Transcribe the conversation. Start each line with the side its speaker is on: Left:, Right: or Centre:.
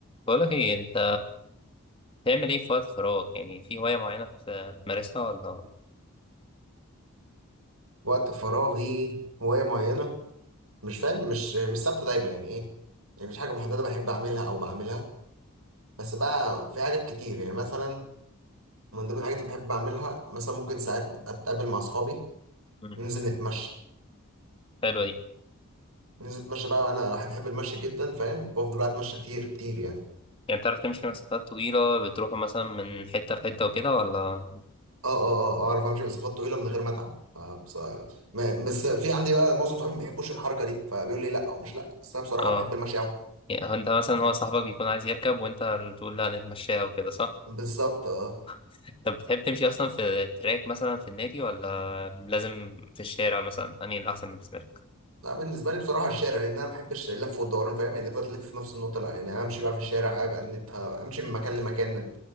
Left: بقولك ايه انت بتعمل ايه في وقت فراغ يعني في هواية معينة بت- بتمارسها ولا
Right: وقت فراغي هواية معينة مش فاهم مش مش ثابتة دايما يعني ايه يعني مفيش حاجة محددة بحب أعملها أو بعملها بس بقى في حاجات كتير يعني مثلا من ضمن الحاجات اللي بحب أعملها مثلا ممكن ساعات أتقابل مع أصحابي
Left: مم.
Right: ننزل نتمشى
Left: حلوة دي
Right: ننزل نتمشى بقى وأنا واحد بحب المشي جدا فاهم بفضل بقى أتمشى كتير كتير يعني
Left: يعني بتعرف تمشي مسافات طويلة بتروحوا مثلا من حتة لحتة وكده ولا
Right: اه اه اه آه، أعرف أمشي مسافات طويلة من غير ما أتعب فبص- ما- بس في عندي بقى معظم صحابي ما بيحبوش الحركة دي فبيقول لي لا أو مش لا بس أنا بصراحة
Left: اه
Right: بحب المشي أوي
Left: يعني هو انت مثلا هو صاحبك بيكون عايز يركب وانت اللي تقول لا نتمشاها وكده صح
Right: بالظبط اه
Left: <laughs> طب بتحب تمشي اصلا في تراك مثلا في النادي ولا لازم في الشارع مثلا انهي الاحسن بالنسبة لك
Right: لا بالنسبه لي بصراحه الشارع لان انا ما بحبش اللف والدوران فاهم يعني تفضل تلف في نفس النقطه لا يعني امشي بقى في الشارع ابقى نت- امشي من مكان لمكان